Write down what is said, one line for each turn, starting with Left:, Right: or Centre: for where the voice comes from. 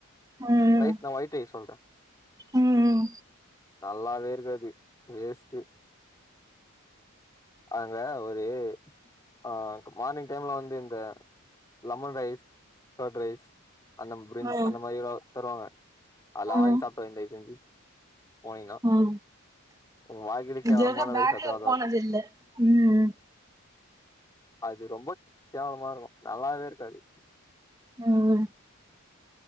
Right: ம்
Left: ரைஸ் நா ஒயிட் ரைஸ் சொல்ற
Right: ம்
Left: நல்லாவே இருக்காது வேஸ்ட்டு அங்க ஒரு ஆங் மார்னிங் டைம்ல வந்து இந்த லெமன் ரைஸ் கர்ட் ரைஸ் அந்த ப்ரிஞ்
Right: ம்
Left: அந்த மாறி எதாவு தருவாங்க அல்லா
Right: ம்
Left: வாங்கி சாப்ட்ராதிங் தயவு செஞ்சி போனிங்னா
Right: ம்
Left: உங்க வாழ்கைலே கேவலமான
Right: இது வரைக்கு
Left: ரைஸ்
Right: பேங்களூர்
Left: அதாதா
Right: போனது
Left: இருக்கு
Right: இல்ல ம்
Left: அது ரொம்ப கேவலமா இருக்கு நல்லாவே இருக்காது
Right: ம்